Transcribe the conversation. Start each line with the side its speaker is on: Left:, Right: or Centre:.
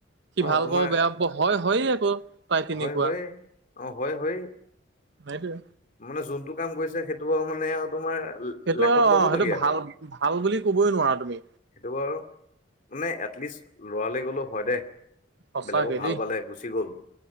Right: সি
Left: অ',
Right: ভাল
Left: তোমাৰ
Right: পাব বেয়া পাব হয় হয়ে আকৌ। তাই তেনেকুৱা
Left: হয়, হয় অ, হয়, হয়।
Right: সেইটোৱে।
Left: মানে যোনটো কাম কৰিছে সেইটো মানে তোমাৰ
Right: সেইটো
Left: লেখত
Right: আৰু অ
Left: ল'বলগীয়া
Right: সেইটো ভাল
Left: আৰু।
Right: ভাল বুলি কবই নোৱাৰা তুমি
Left: সেইটো বাৰু মানে এটলিষ্ট লৰালে গ'লেও হয় দেই।
Right: সঁচাকে
Left: বেলেগক ভাল
Right: দেই
Left: পালে গুচি গ'ল।